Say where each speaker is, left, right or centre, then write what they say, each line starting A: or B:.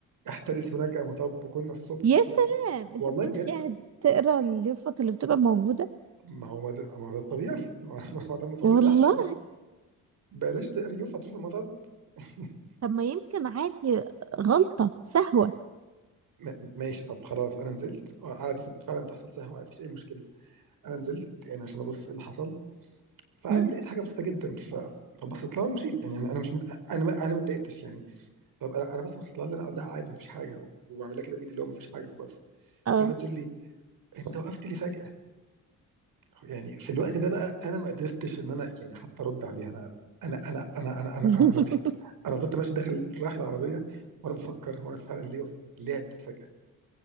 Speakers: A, on the right (about 70°); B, on the right (about 45°).
A: احترس هناك مطب وكنا الصبح
B: يا
A: ما
B: سلام
A: في والله
B: انت بتمشي
A: بجد
B: قاعد تقرا اليافط اللي بتبقى موجودة
A: ما هو ده ما هو ده الطبيعي <laughs> ما ما هو ده المفروض
B: والله
A: اللي يحصل بلاش تقريف هتشوف المطب <laughs>
B: طب ما يمكن عادي غلطة سهوة
A: م- ماشي طب خلاص انا نزلت عادي ست- فعلا بتحصل سهوه مفيش اي مشكله انا نزلت يعني عشان ابص ايه اللي حصل فعادي
B: مم.
A: لقيت حاجه بسيطه جدا ف فبصيت لها ومشيت يعني انا أنا مش مت... انا ما- انا ما اتضايقتش يعني طب انا أنا بس بصيت لها اللي انا اقول لها عادي مفيش حاجه وبعمل لها كده بايدي اللي هو مفيش حاجه خلاص
B: اه
A: لقيتها بتقول لي انت وقفت لي فجاه يعني في الوقت ده بقى انا ما قدرتش ان انا يعني حتى ارد عليها انا انا انا انا انا انا
B: <laughs>
A: انا أنا فضلت انا فضلت ماشي داخل رايح العربيه وانا بفكر هو انا فعلا ليه ليه هديت فجاه